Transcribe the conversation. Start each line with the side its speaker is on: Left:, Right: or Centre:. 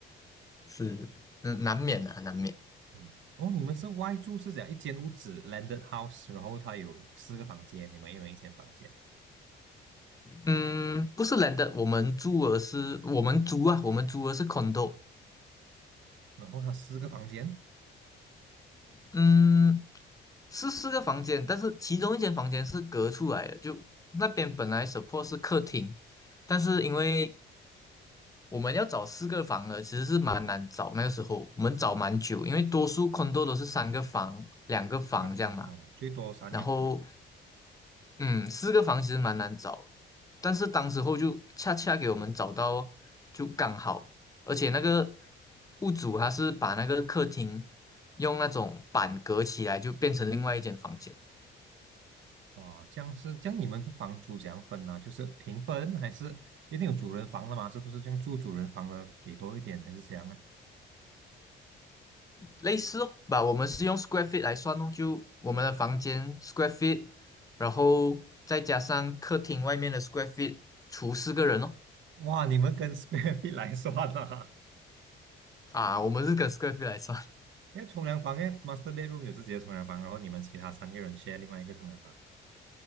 Left: 是，嗯，难免的，难免。
Right: 嗯，哦，你们是外住是讲一间屋子 landed house，然后它有四个房间，你们一人一间房间，
Left: 嗯，不是人的，我们租的是我们租啊，我们租的是 condo，
Right: 然后它四个房间，
Left: 嗯，是四个房间，但是其中一间房间是隔出来的，就那边本来 support 是客厅，但是因为我们要找四个房的，其实是蛮难找。那个时候我们找蛮久，因为多数 condo 都是三个房、两个房这样嘛。
Right: 一个房哦，最多三个房
Left: 然后，嗯，四个房其实蛮难找，但是当时候就恰恰给我们找到，就刚好。而且那个屋主他是把那个客厅用那种板隔起来，就变成另外一间房间。
Right: 哇，这样是这样，你们的房租怎样分呢、就是平分还是一定有主人房的嘛？是不是这样住主人房的给多一点还是怎样呢？
Left: 类似哦，吧，我们是用 square feet 来算哦，就我们的房间 square feet，然后再加上客厅外面的 square feet，除四个人哦。
Right: 哇，你们跟 <laughs> square feet 来算呐、啊？
Left: 啊，我们是跟 square feet 来算。
Right: 因为冲凉房，因为 master bedroom 有自己的冲凉房，然后你们其他三个人 share 另外一个冲凉房，